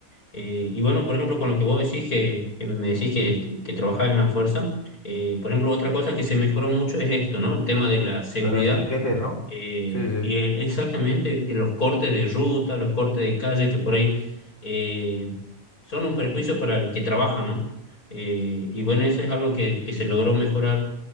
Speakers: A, on the left; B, on the left.
A: Eh, y bueno, por ejemplo, con lo que vos decís, que, que me decís que, que trabajás en la fuerza, eh, por ejemplo, otra cosa que se mejoró mucho es esto, ¿no? El tema de la seguridad
B: lo de los piquetes, ¿no?
A: eh,
B: Sí, sí.
A: y el- exactamente, en los cortes de ruta, los cortes de calle que por ahí eh, son un perjuicio para el que trabaja, ¿no? Eh, y bueno, eso es algo que, que se logró mejorar